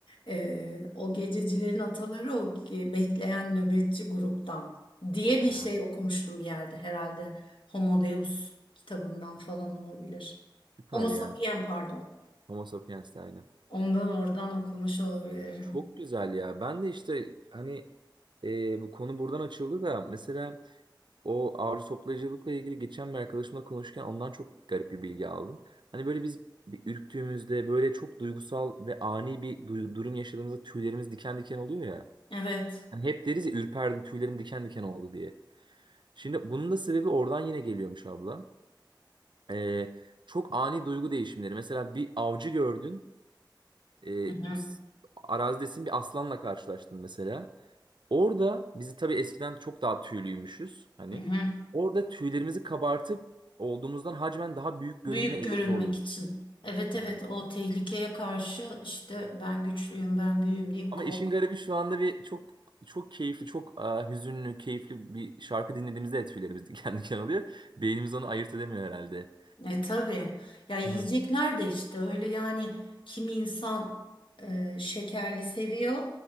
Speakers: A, on the left (about 85°); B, on the right (about 70°).
A: Ee, o gececilerin ataları o ge- bekleyen nöbetçi gruptan diye bir
B: ha.
A: şey okumuştum bir yerde. Herhalde Homo Deus kitabından falan olabilir.
B: Süper
A: Homo sapien
B: ya.
A: pardon.
B: Homo sapiens de aynı.
A: Ondan oradan okumuş olabilirim.
B: Çok güzel ya. Ben de işte hani e, bu konu buradan açıldı da mesela O ağrı toplayıcılıkla ilgili geçen bir arkadaşımla konuşurken ondan çok garip bir bilgi aldım. Hani böyle biz bir ürktüğümüzde böyle çok duygusal ve ani bir du- durum yaşadığımızda tüylerimiz diken diken oluyor ya.
A: Evet.
B: Hani hep deriz ya ürperdim tüylerim diken diken oldu diye. Şimdi bunun da sebebi oradan yine geliyormuş abla. Ee, çok ani duygu değişimleri. Mesela bir avcı gördün. E,
A: Hı hı.
B: s- arazidesin bir aslanla karşılaştın mesela. Orada bizi tabii eskiden çok daha tüylüymüşüz hani.
A: Hı hı.
B: Orada tüylerimizi kabartıp olduğumuzdan hacmen daha büyük görünme
A: Büyük
B: eğilimi
A: görünmek
B: oluyormuş.
A: için. Evet
B: Evet.
A: evet o tehlikeye karşı işte ben güçlüyüm ben büyüğüm diye bir
B: Ama
A: korku.
B: işin garibi şu anda bir çok çok keyifli, çok e, hüzünlü, keyifli bir şarkı dinlediğimizde de tüylerimiz <laughs> diken diken oluyor. Beynimiz onu ayırt edemiyor herhalde.
A: E tabii. Ya yiyecekler
B: Hı hı.
A: de işte öyle yani kimi insan e, şekerli seviyor.